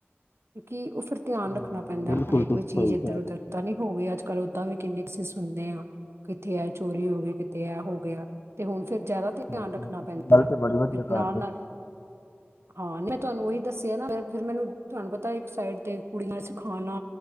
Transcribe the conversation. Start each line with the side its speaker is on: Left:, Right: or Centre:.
Right: ਕਿਉਂਕਿ ਉਹ ਫਿਰ ਧਿਆਨ
Left: ਹਾਂ
Right: ਰੱਖ ਰੱਖਣਾ ਪੈਂਦਾ
Left: ਬਿਲਕੁਲ
Right: ਹੈ। ਹਾਏ!
Left: ਤੁਸੀਂ
Right: ਕੋਈ ਚੀਜ਼
Left: ਸਹੀ
Right: ਇੱਧਰ-
Left: ਕਹਿ ਰਹੇ
Right: ਉੱਧਰ ਤਾਂ ਨੀ ਹੋਵੇਈ ਅੱਜ ਕੱਲ ਓਦਾਂ ਵੀ ਕਿੰਨੀ ਕੁਸੀਂ ਸੁਣਦੇ ਹਾਂ ਕਿੱਥੇ ਆ ਚੋਰੀ ਹੋ ਗਈ। ਕਿਤੇ ਇਹ ਹੋ ਗਿਆ। ਤੇ ਹੁਣ ਫੇਰ ਜ਼ਿਆਦਾ ਤੇ
Left: ਸਹੀ
Right: ਧਿਆਨ ਰੱਖਣਾ
Left: ਗੱਲ ਤੁਸੀਂ-
Right: ਪੈਂਦਾ
Left: ਗੱਲ
Right: ਏ
Left: ਤੇ ਬੜੀ ਵਧੀਆ
Right: ਫਰ
Left: ਕਰ
Right: ਨਾਲ-ਨਾਲ,
Left: ਰਹੇ ਹੋ।
Right: ਹਾਂ ਮੈਂ ਤੁਹਾਨੂੰ ਉਹੀ ਦੱਸਿਆ ਨਾ ਫੇਿਰ ਮੈਨੂੰ ਤੁਹਾਨੂੰ ਪਤਾ ਇੱਕ ਸਾਈਡ ਤੇ ਕੁੜੀਆਂ ਚ ਖਾਣਾ